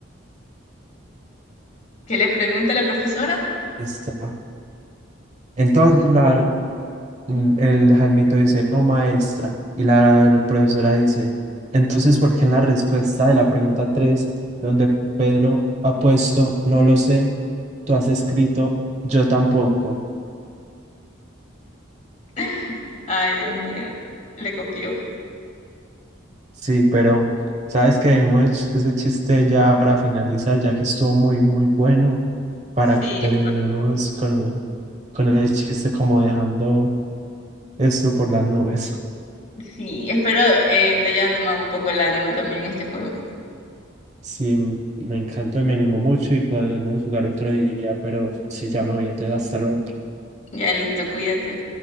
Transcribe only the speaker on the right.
esta?". Entonces la, Mm, El Jaimito dice, no, maestra. Y la profesora dice, entonces, ¿por qué en la respuesta de la pregunta 3 donde Pedro ha puesto, no lo sé, tú has escrito, yo tampoco?
Sí, pero sabes que dejemos ech- ese chiste ya para finalizar, ya que estuvo muy, muy bueno, para
que terminemos con, con el chiste como dejando esto por las nubes.
Sí, m- me encantó, me animó mucho y podemos jugar otro día, pero si ya me voy, entonces hasta luego.